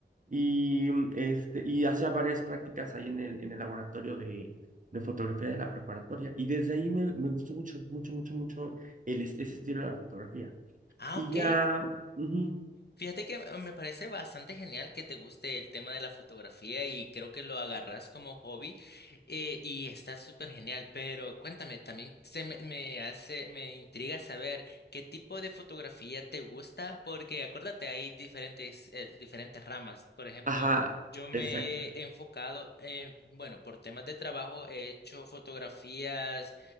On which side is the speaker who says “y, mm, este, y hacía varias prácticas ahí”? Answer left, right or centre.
Right